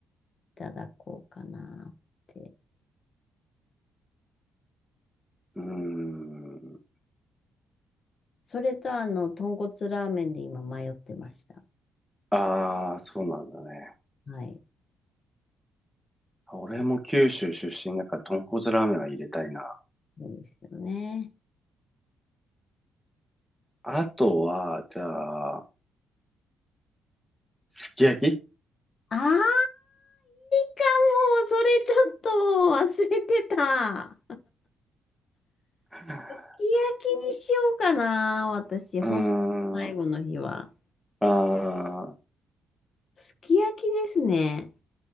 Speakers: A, on the left; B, in the centre.
A: いただこうかなって。
B: うーん。
A: それとあの、豚骨ラーメンで今迷ってました。
B: ああ、そうなんだね。
A: はい。
B: 俺も九州出身だから豚骨ラーメンは入れたいな。
A: そうですよね。
B: あとは、じゃあ、すき焼き
A: ああ、いいかも。それちょっと忘れてた。
B: <laughs>
A: すき焼きにしようかな。私、ほんと最後の日は。
B: うーん。あ
A: すき焼きですね。